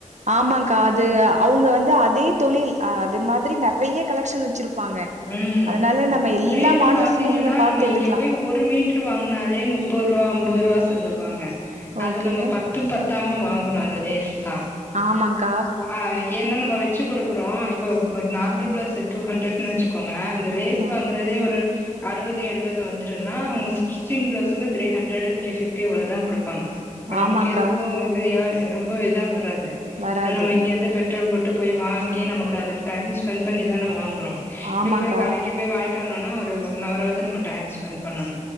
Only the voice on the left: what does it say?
ம்
ரேட்டு
பாத்தீங்கன்னா
நம்ம
இங்க போய் ஒரு மீட்ரு வாங்னாலே முப்பரூவா அம்பரூவா சொல்லுவாங்க அது
நம்ம ப த்தும் பத்தாம வாங்கணு அந்த லேஸ்ல்லா
ஆ‌ ஏனா நம்ம வெச்சு குடுக்கறோ இப்போ நார்மல் ப்ளௌஸ் டூ ஹண்ட்ரட் னு வெச்சுக்கோங்ளே இந்த லேஸ்
வாங்கறதே ஒரு அறுவது எழுவது வந்திருன்னா அவுங்க ஸ்டிச்சிங் ப்ளௌஸுக்கு த்ரீ ஹண்டரட் த்ரீ ஃபிப்டி இவ்ளோதான் குடுப்பாங்க இப்ப
நமக்கெதுவு இது ஏ ரொம்ப இதா வராது
ஏனா நம்ம இங்கிருந்து பெ ட்ரோல் போட்டு போய் வாங்கி நமக்கு அதுக்கு டைம் ஸ்பெண்ட் பண்ணிதான வாங்கனு இப்டி
போய் கடைக்கு போய் வா என்னன்னா ஒரு ஒன் அவராவது நம்ம டைம் ஸ்பெண்ட் பண்ணனு